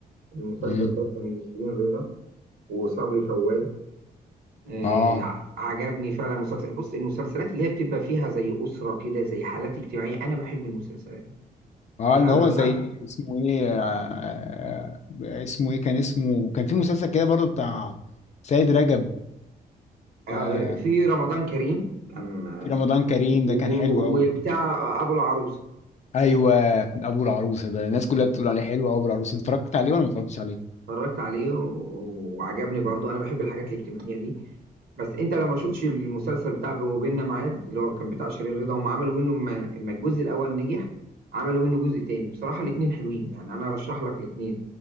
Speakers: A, on the right; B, on the left.
A: المسلسل
B: امم
A: ده كان لشيرين رضا وصبري فوازي آه
B: اه
A: عجبني فعلا المسلسل بص المسلسلات اللي هي بتبقى فيها زي أسرة كده زي حالات اجتماعية أنا بحب المسلسلات دي
B: اه
A: فأنا
B: اللي هو
A: مش
B: زي
A: عارف
B: اسمه ايه آه آه، اسمه ايه كان اسمه كان في مسلسل كده برضو بتاع سيد رجب
A: آه
B: آه
A: في رمضان كريم كان آه
B: في رمضان كريم
A: و-
B: ده كان حلو قوي
A: وبتاع أبو العروسة
B: ايوه ابو العروسه ده الناس كلها بتقول عليه حلو قوي ابو العروسه اتفرجت عليه ولا ما اتفرجتش عليه
A: اتفرجت عليه و- وعجبني برضو أنا بحب الحاجات الاجتماعية دي بس أنت لو ما شفتش المسلسل بتاع وبيننا ميعاد اللي هو كان بتاع شيرين رضا هم عملوا منه ما ما الجزء الأول نجح عملوا منه جزء تاني بصراحة الاتنين حلوين يعني أنا أرشح لك الاتنين